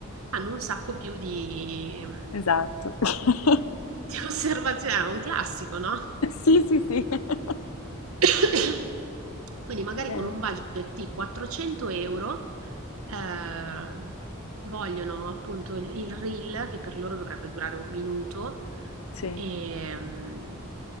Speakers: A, on the right; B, on the left.
A: hanno un sacco più di, mm,
B: Esatto. <laughs>
A: di osservazioni. È un classico, no?
B: Sì, sì, sì. <laughs>
A: <coughs> Quindi magari con
B: Eh,
A: un budget di 400 euro ehm, vogliono appunto il, il reel che per loro dovrebbe durare un minuto
B: sì.
A: ehm,